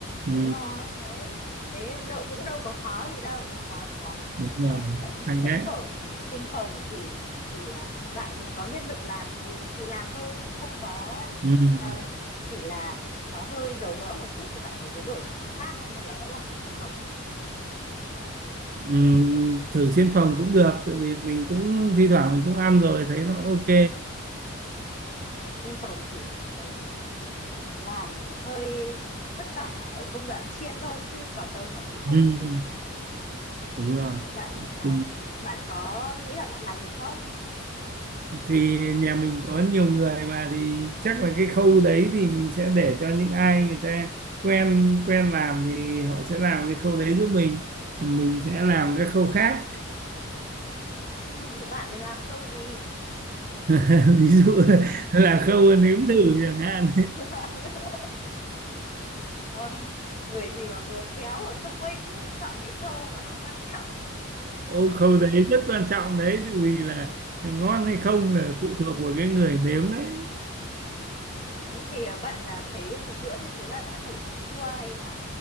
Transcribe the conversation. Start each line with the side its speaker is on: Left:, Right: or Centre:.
Right: ừ,
Left: đúng rồi đấy thế đâu cũng đâu có khó gì đâu còn à,
Right: đúng
Left: à,
Right: rồi
Left: bánh
Right: hay
Left: bánh
Right: đấy
Left: phở trên phòng thì thì à, bạn có nhân lực làm thì thì làm thôi cũng không có
Right: ừ,
Left: à, chỉ là nó hơi dầu mỡ một chút thì bạn có muốn đổi sang món khác không hay là vẫn là phở trên phòng
Right: ừ, thử trên phòng cũng được tại vì mình cũng thi thoảng mình cũng ăn rồi thấy nó ok
Left: phở trên phòng thì ừm, làm hơi vất vả ở công đoạn chiên thôi chứ còn đâu nó cũng không
Right: ừ,
Left: có gì cả
Right: đúng rồi
Left: à, thì bạn à,
Right: thì,
Left: bạn có nghĩ là bạn làm được không
Right: thì nhà mình có nhiều người mà thì chắc là cái khâu đấy thì mình sẽ để cho những ai người ta quen quen làm thì họ sẽ làm cái khâu đấy giúp mình còn mình sẽ làm cái khâu khác
Left: <laughs> bạn này làm khâu gì
Right: <laughs> ví dụ là khâu nếm thử chẳng hạn
Left: <laughs> Rồi, người gì mà vừa khéo vừa thông minh thế mà chọn cái khâu mà nó quan trọng.
Right: ô khâu đấy rất quan trọng đấy tự vì là ngon hay không là phụ thuộc
Left: Ừ.
Right: vào cái người nếm đấy
Left: Đấy, thì à, bạn à, thấy một bữa như thế là đã đủ món chua hay là